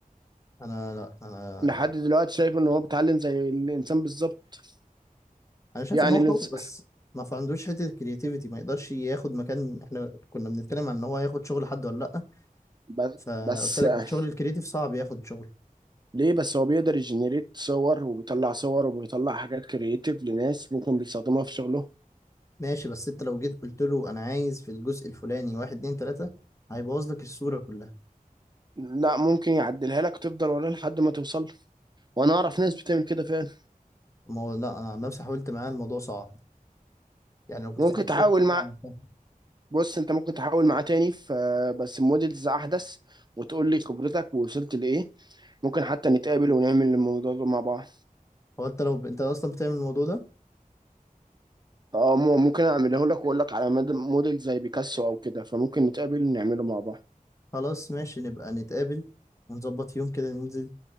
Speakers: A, on the left; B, on the right.
A: أنا لا أنا
B: لحد دلوقتي شايف ان هو بيتعلم زي الانسان بالظبط
A: أنا شايف
B: يعني
A: إن هو
B: الانس...
A: قوي بس ما في عندوش حتة الكرياتيفيتي ما يقدرش ياخد مكان إحنا كنا بنتكلم عن إن هو ياخد شغل حد ولا لأ
B: بس
A: فقلت
B: بس
A: لك
B: آه،
A: الشغل الكرياتيف صعب ياخد شغل
B: ليه بس هو بيقدر يجنريت صور وبيطلع صور وبيطلع حاجات كرييتيف لناس ممكن بيستخدموها في شغلهم
A: ماشي بس انت لو جيت قلت له انا عايز في الجزء الفلاني واحد اتنين تلاتة هيبوظ لك الصورة كلها
B: لا ممكن يعدلها لك تفضل وراه لحد ما توصل له. وانا اعرف ناس بتعمل كده فعلا
A: ما هو لا انا عن نفسي حاولت معاه الموضوع صعب يعني لو كنت
B: ممكن
A: فتحت
B: تحاول
A: فوتوشوب
B: مع
A: عملتها
B: بص انت ممكن تحاول معاه تاني ف بس موديلز احدث وتقول لي خبرتك ووصلت لايه ممكن حتى نتقابل ونعمل الموضوع ده مع بعض
A: هو انت لو انت اصلا بتعمل الموضوع ده
B: اه م- ممكن اعمله لك واقول لك على مد- موديل زي بيكاسو او كده فممكن نتقابل ونعمله مع بعض
A: خلاص ماشي نبقى نتقابل ونظبط يوم كده ننزل